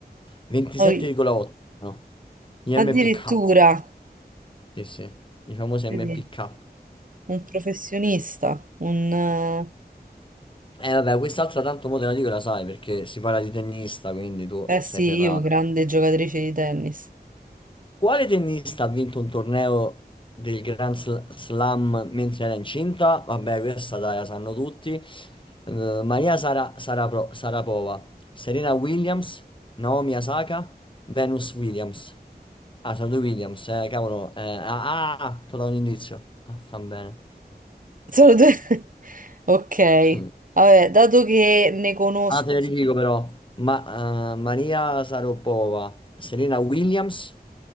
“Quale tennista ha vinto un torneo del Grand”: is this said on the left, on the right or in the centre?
Left